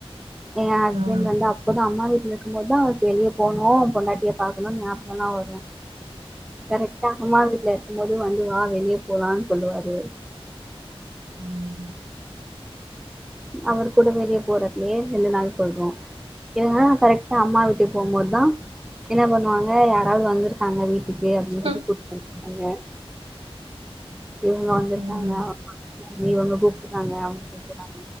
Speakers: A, in the centre; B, on the right.
A: ஏ ஹஸ்பண்ட்
B: ம்
A: வந்து அப்பதா அம்மா வீட்ல இர்க்கும் போதுதா அவருக்கு வெளிய போணு பொண்டாட்டிய பாக்கணுன் ஞாபகோல்லா வரு கரெட்டா அம்மா வீட்டுல இருக்கு போது வந்து வா வெளிய போலான்னு சொல்லுவாரு
B: ம்
A: அவர் கூட வெளிய போறதுலே ரெண்டு நாள் போய்டுவோ இல்லனா கரெக்டா அம்மா வீட்டுக்கு போகும்போதுதா என்ன பண்ணுவாங்க யாராவ்து வந்துரு காங்க வீட்டுக்கு அப்டின்னு சொல்லி
B: ம்.
A: கூட்டு <inaudible> இவுங்க வந்துருக்காங்க
B: ம்
A: அவுங்க வந்துருக்காங்க இவங்க கூப்புட்றாங்க அவுங்க கூப்புட்றாங்க